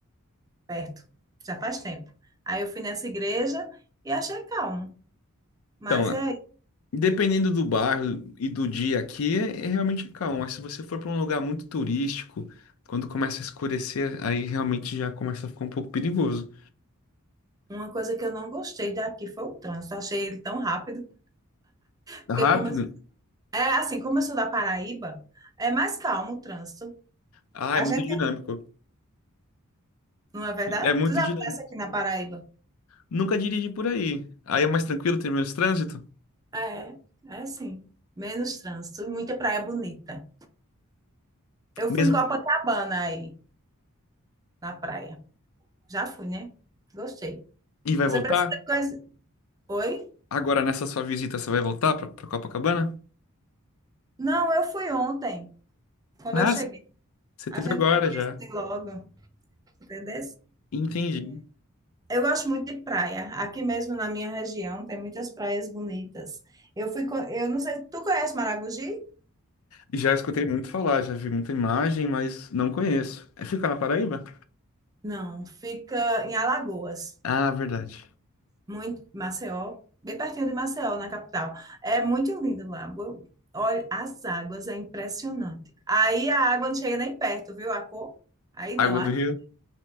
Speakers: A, on the right; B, on the left.
A: perto, já faz tempo. Aí eu fui nessa igreja e achei calmo. Mas
B: Então, lá,
A: é
B: dependendo do bairro e do dia aqui, é, é realmente calmo. Mas se você for pra um lugar muito turístico, quando começa a escurecer, aí realmente já começa a ficar um pouco perigoso.
A: Uma coisa que eu não gostei daqui foi o trânsito. Achei ele tão rápido.
B: Rápido?
A: Porque como eu- é assim, como eu sou da Paraíba, é mais calmo o trânsito.
B: Ah,
A: A
B: é muito
A: gente,
B: dinâmico.
A: não é verdade?
B: É muito
A: Tu já
B: dinâmico.
A: passa aqui na Paraíba?
B: Nunca dirige por aí. Aí é mais tranquilo, tem menos trânsito.
A: É, é sim. Menos trânsito, muita praia bonita. Eu
B: Mesmo.
A: fui em Copacabana aí, na praia. Já fui, né? Gostei.
B: E vai
A: Você
B: voltar?
A: precisa conhecer. Oi?
B: Agora, nessa sua visita, você vai voltar pra, pra Copacabana?
A: Não, eu fui ontem, quando
B: Ah,
A: eu cheguei.
B: c- você
A: A
B: teve
A: gente
B: agora
A: foi conhecer
B: já.
A: logo, entendeu?
B: Entendi.
A: Eu gosto muito de praia. Aqui mesmo na minha região tem muitas praias bonitas. Eu fui, co- eu não sei, tu conhece Maragogi?
B: Já escutei muito falar, já vi muita imagem, mas não conheço. É, fica na Paraíba?
A: Não, fica em Alagoas,
B: Ah, verdade.
A: muito Maceió, bem pertinho de Maceió, na capital. É muito lindo lá. Bo- Olha, as águas é impressionante. Aí a água não chega nem perto, viu a cor? Aí
B: Água
A: não, aqui
B: do Rio?